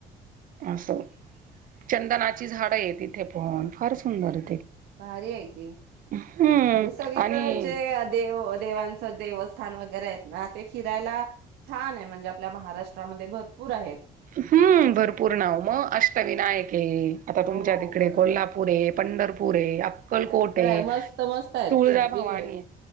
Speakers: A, on the right (about 55°); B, on the right (about 80°).
A: असंचंदनाची झाडं आहे तिथे पण फार सुंदरे
B: भारी आय की. म्हणजे
A: हम्म
B: सगळीकडे
A: आणि
B: जे देव देवांच देवस्थान वगैरे आहेत ना ते फिरायला छान आहे म्हणजे आपल्या महाराष्ट्रामध्ये भरपूर आहेत.
A: हम्म भरपूर नाव मग अष्टविनायक आहे आता तुमच्या
B: हो
A: तिकडे कोल्हापूरए, पंढरपूरए, अक्कलकोटए,
B: सगळं आहे मस्त मस्त आहेत
A: तुळजाभवानीए
B: सगळीकडे